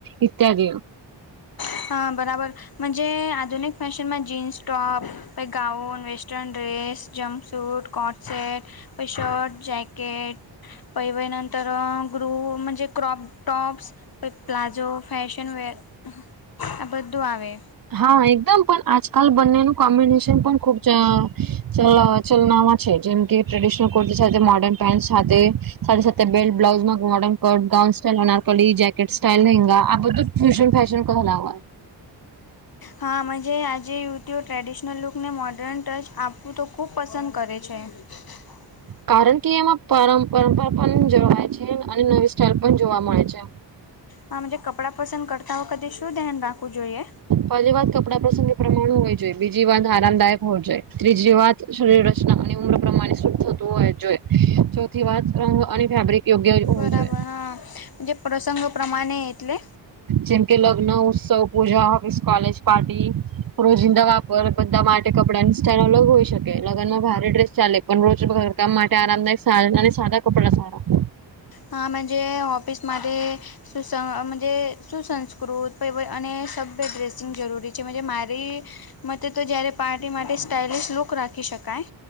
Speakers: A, on the right (about 50°); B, on the left (about 50°).
A: ઈત્યાદ.
B: હા બરાબર. મજે આધુનિક ફેશનમાં જીન્સ ટોપ પહી gown western dress jumpsuit. Coat set પહી શર્ટ જેકેટ. પૈવેનંતરગ્રુ મંજ crop tops. Palazzo fashion wear આ બધું આવે.
A: હા એકદમ પણ આજકાલ બંનેનું કોમ્બિનેશન પણ ખુબ ચલ ચલનામાં છે જેમ કે ટ્રેડિશનલ કુર્તી સાથે મોર્ડર્ન પેન્ટ સાથે સાથે સાથે બેલ્ટ બ્લાઉઝ માં મોડર્ન. કટ ગાઉન સ્ટાઇલ અનાર કલી જેકેટ સ્ટાઇલ નંગા આ બધુ ફૂશન ફશન કહલાહ
B: હા મજે આજે યુટ્યુ ટ્રેડિશનલ લુકને મોર્ડર્ન ટચ આપવું તો ખૂબ પસંદ કરે છે. <inaudible>
A: કારણ કે એમાં પરપંપરા પણ જળવાય છે અને નવી સ્ટાઈલ પણ જોવા મળે છે.
B: હા મંજ કપડાં પસંદ કરતા વખતે શું ધ્યાન રાખવું જોઈએ.
A: પહેલી વાત કપડા પ્રસંગે પ્રમાણ હોવી જોઈએ બીજી વાત આરામદાયક હોવ જોઈએ ત્રીજી વાત. શરીર રચના અને પ્રમાણે શદ થતું હોય જોઈએ ચોથી વાત રંગ અને ફેબ્રિક. યોગ્ય હોવું
B: બરાબર
A: જોઈએ
B: હા જે પ્રસંગ પ્રમાણે એટલે?
A: જેમકે લગ્ન ઉત્સવ પૂજા કોલેજ પાર્ટી રોજિંદા વા પર બધા માટે કપડા ની સ્ટાઈલ અલગ હોય શકે લગ્ન ભારે ડ્રેસ ચાલે પણ રોજ કામ માટે આરામદાયક <unintelligible> અને સાદા કપડા સારા.
B: હા મજે ઓફિસ માટે સુસ મજે સુસસ્કૃત પબ અને સભ્ય ડ્રેસિંગ જરૂરી છે મજે મારી. મતે તો જ્યારે પાર્ટી માટે સ્ટાઇલિશ લુક રાખી શકાય.